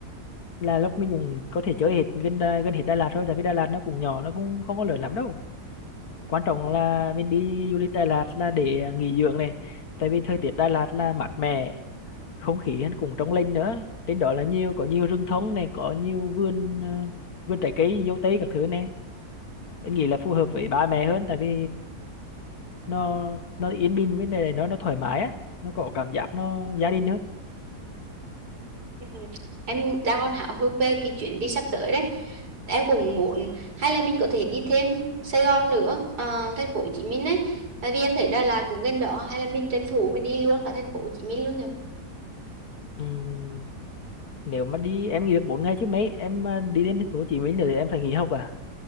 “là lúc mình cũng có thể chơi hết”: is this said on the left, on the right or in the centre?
Left